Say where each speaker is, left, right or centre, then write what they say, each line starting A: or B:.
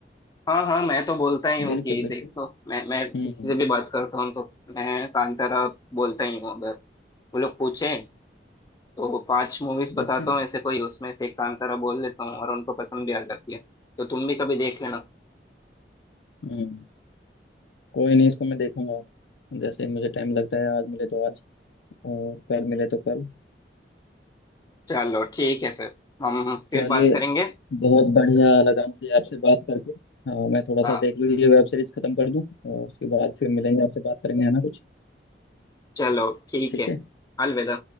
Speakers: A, on the left; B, on the left.
A: हाँ हाँ मैं तो बोलता ही हूँ
B: बिल्कुल
A: कि
B: बिल्कुल
A: देख लो मैं मैं
B: हम्म
A: किसी से भी बात करता हूँ तो मैं कांतारा बोलता ही हूँ अगर वो लोग पूछें तो पांच मूवीज बताता
B: अच्छा
A: हूँ ऐसे कोई उसमें से एक कांतारा बोल लेता हूँ और उनको पसंद भी आ जाती है तो तुम भी कभी देख लेना
B: हम्म कोई नहीं इसको मैं देखूंगा जैसे मुझे टाइम लगता है आज मिले तो आज और कल मिले तो कल
A: चलो ठीक है फिर हम फिर
B: चलिए
A: बात करेंगे
B: बहुत बढ़िया लगा मुझे आपसे बात करके हाँ मैं थोड़ा
A: हाँ
B: सा देख लूँ ये वेब सीरीज खत्म कर दूँ और उसके बाद फिर मिलेंगे आपसे बात करेंगे है ना कुछ
A: चलो ठीक
B: ठीक
A: है
B: है
A: अलविदा